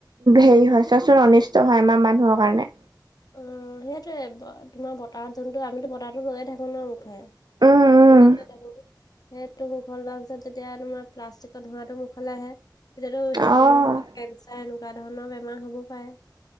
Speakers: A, on the right (about 60°); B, on the left (about 55°).
A: হেৰি হয় চাচোন অনিষ্ট হয় আমাৰ মানুহৰ কাৰণে।
B: অ', সেইটোয়ে তোমাৰ বতাহ যোনটো আমিতো বতাহতো লৈয়ে থাকোঁ ন মুখে।
A: উম,
B: সেইটোকেত
A: উম,
B: লৈ থাকোঁ। সেইটো মুখল লোৱা পিছত যেতিয়া তোমাৰ প্লাষ্টিকৰ ধোঁৱটো মোখল আহে তেতিয়াতো <unintelligible>
A: অ'।
B: কেঞ্চাৰ এনেকুৱা ধৰণৰ বেমাৰ হ'ব পাৰে।